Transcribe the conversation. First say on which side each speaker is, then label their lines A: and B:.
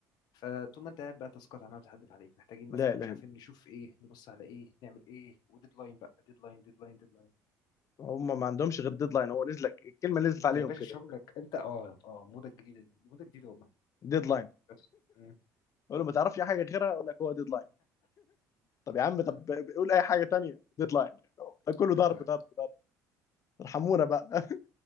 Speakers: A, on the left; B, on the left.
A: فطول ما انت قاعد بقى تاسكات عماله بتحدف عليك محتاجين
B: لا
A: مثلا
B: لا
A: مش عارفين نشوف ايه نبص على ايه نعمل ايه وديدلاين بقى ديدلاين ديدلاين ديدلاين
B: هم ما عندهمش غير ديدلاين هو نزل لك الكلمه نزلت
A: انت
B: عليهم
A: يا باشا
B: كده
A: شغلك انت اه اه موضه جديده دي موضه جديده والله
B: ديدلاين
A: بس مم.
B: اقول
A: ديدلاين
B: له ما تعرفش أي حاجه غيرها يقول لك هو ديدلاين طب يا عم طب
A: مم.
B: قول اي حاجه تانية ديدلاين ده كله
A: ديدلاين
B: ضرب ضرب ضرب ارحمونا بقى <laughs>